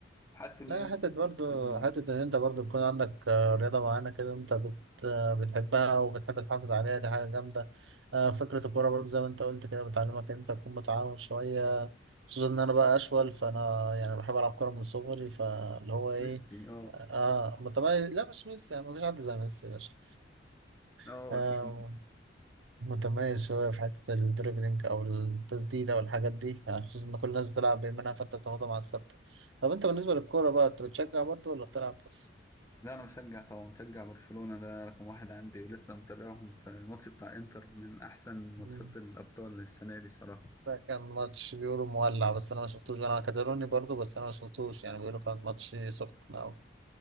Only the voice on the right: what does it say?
لا
حتة برضه
حتة إن أنت برضه يكون عندك آه، رياضة معينة كده أنت بت آه، بتحبها وبتحب تحافظ عليها دي حاجة جامدة آه، فكرة الكورة برضه زي ما أنت قلت كده بتعلمك إن أنت تكون متعاون شوية خصوصا إن أنا بقى أشول فأنا يعني بحب ألعب كورة من صغري فاللي هو إيه
آه متميز لا مش ميسي يعني مفيش حد زي ميسي يا باشا
<laughs>
متميز شوية في حتة الدريبلينج أو التسديدة والحاجات دي يعني خصوصا إن كل الناس بتلعب بيمينها فأنت بتاخدها مع الثابتة طب أنت بالنسبة للكورة بقى أنت بتشجع برضو ولا بتلعب بس؟
مم.
ده كان ماتش بيقولوا مولع بس أنا ما شفتوش أنا كاتالوني برضو بس أنا ما شفتوش يعني بيقولوا كان ماتش سخن أوي